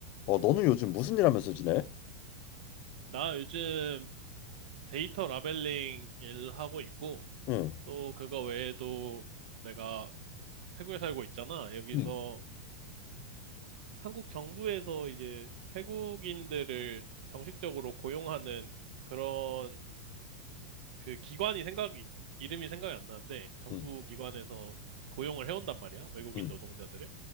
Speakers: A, on the left; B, on the right.
A: 어, 너는 요즘 무슨 일 하면서 지내?
B: 나 요즘 데이터 라벨링 일하고 있고,
A: 응,
B: 또 그거 외에도 내가 태국에 살고 있잖아. 여기서
A: 응
B: 한국 정부에서 이제 태국인들을 정식적으로 고용하는 그런 그 기관이 생각이, 이름이 생각이 안 나는데, 정부
A: 응,
B: 기관에서 고용을 해온단 말이야. 외국인
A: 응,
B: 노동자들을.